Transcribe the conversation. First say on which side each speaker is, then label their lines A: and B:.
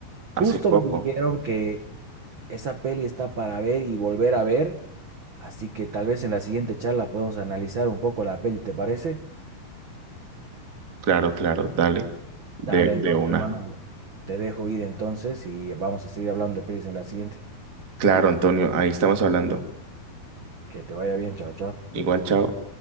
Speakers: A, on the right; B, on the right.
A: hace
B: justo
A: poco.
B: me dijeron que esa peli está para ver y volver a ver, así que tal vez en la siguiente charla podemos analizar un poco la peli, ¿te parece?
A: Claro, claro, dale, de,
B: Dale
A: de
B: entonces,
A: una.
B: hermano. Te dejo ir entonces y vamos a seguir hablando de pelis en la siguiente.
A: Claro, Antonio, ahí estamos hablando.
B: Que te vaya bien, chao, chao.
A: Igual, chao.